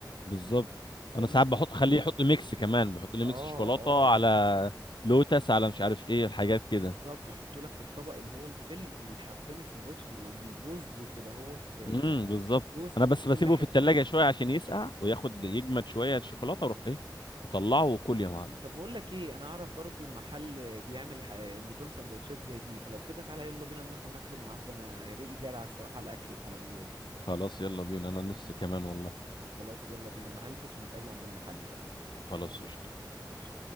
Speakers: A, on the left; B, on the right.
A: بالظبط
B: فاهمني
A: انا ساعات
B: ف...
A: بحط خليه يحط ميكس كمان بحط لي
B: اه
A: ميكس شوكولاته
B: اه
A: على لوتس على مش عارف ايه الحاجات كده
B: بالظبط يحطوا لك في الطبق اللي هو الفل والحرفين السندوتش بيبقى بيبظ كده هوت آه،
A: امم بالظبط
B: صوص
A: انا
B: من
A: بس
B: كل
A: بسيبه
B: حتة
A: في التلاجة شويه عشان يسقع وياخد يجمد شويه الشوكولاته اروح ايه اطلعه وكل يا معلم
B: طب بقول لك ايه انا اعرف برضو المحل بيعمل ح- نظام سندوتشات زي دي فلو كده تعالى يلا بينا نروح وناكله من عنده انا ريقي جرى الصراحة على الاكل الحلويات
A: خلاص يلا بينا انا نفسي كمان والله
B: خلاص يلا بينا انا هلبس ونتقابلوا عند المحل بقى
A: خلاص قشطة
B: ماشي